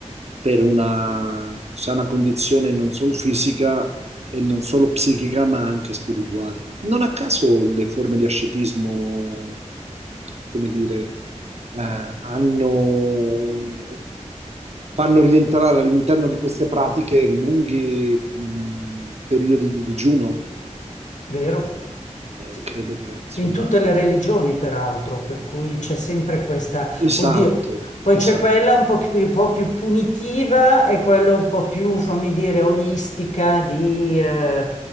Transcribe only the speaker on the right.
per una sana condizione non solo fisica e non solo psichica, ma anche spirituale. Non a caso le forme di ascetismo come dire, eh, hanno, fanno rientrare all'interno di queste pratiche lunghi, mh, periodi di digiuno.
Eh,
credo che, insomma,
esatto,
esatto.